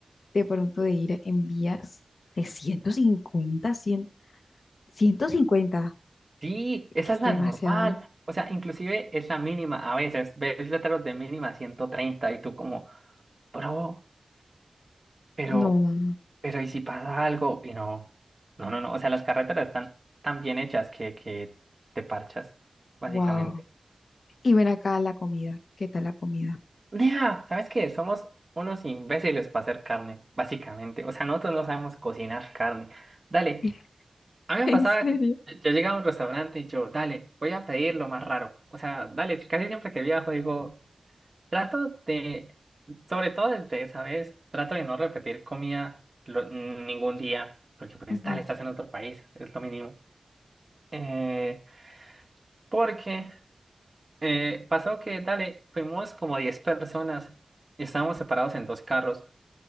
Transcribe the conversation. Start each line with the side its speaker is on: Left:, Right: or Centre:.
Left: de pronto de ir en vías de ciento cincuenta, cien, ciento cincuenta,
Right: Sí, esa
Left: que es
Right: es la
Left: demasiado.
Right: normal. O sea, inclusive es la mínima. A veces ves letreros de mínima 130 y tú como, bro, Pero,
Left: No,
Right: pero ¿y si pasa algo? Y no, no, no, no. O sea, las carreteras están tan bien hechas que, que te parchas, básicamente.
Left: wow. Y ven acá la comida, ¿qué tal la comida?
Right: Nea, ¿sabes qué? Somos unos imbéciles para hacer carne, básicamente. O sea, nosotros no sabemos cocinar carne. Dale,
Left: <laughs>
Right: a mí me
Left: ¿En
Right: pasaba
Left: serio?
Right: que yo llegaba a un restaurante y yo, dale, voy a pedir lo más raro. O sea, dale, casi siempre que viajo digo, Trato de, sobre todo desde esa vez, trato de no repetir comida lo- ningún día, porque pues
Left: Ujú,
Right: dale, estás en otro país, es lo mínimo. Eh, porque eh, pasó que, dale, fuimos como 10 personas y estábamos separados en dos carros.